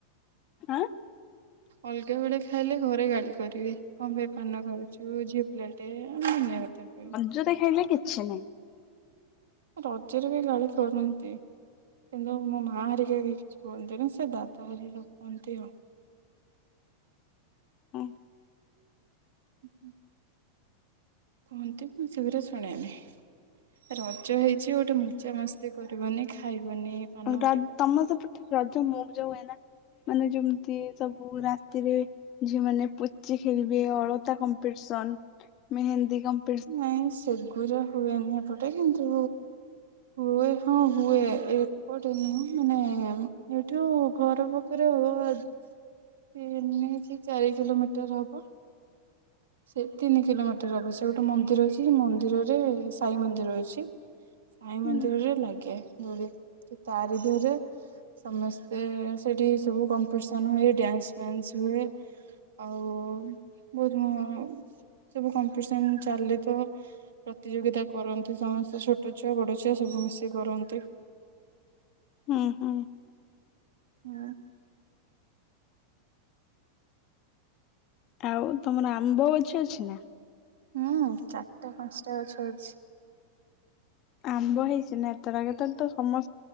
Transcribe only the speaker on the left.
ଆଁ
ଯୋଉଟା ଖାଇଲେ କିଛି ନାହିଁ।
ଉଁ
<unintelligible>
ତମ ସେପଟେ ରଜ ମୋଉଜ ହୁଏ ନା? ମାନେ ଯେମିତି ସବୁ ରାତିରେ ଝିଅ ମାନେ ପୋଚି ଖେଳିବେ ଅଳତା କମ୍ପିଟିସନ ମେହେନ୍ଦୀ କମ୍ପ
ହୁଁ
ହୁଁ-ହୁଁ
ଆଉ ତମର ଆମ୍ବ ଗଛ ଅଛି ନା?
ଆମ୍ବ ହେଇଛି ନା ଏଥରା କେତ ତ ତ ସମ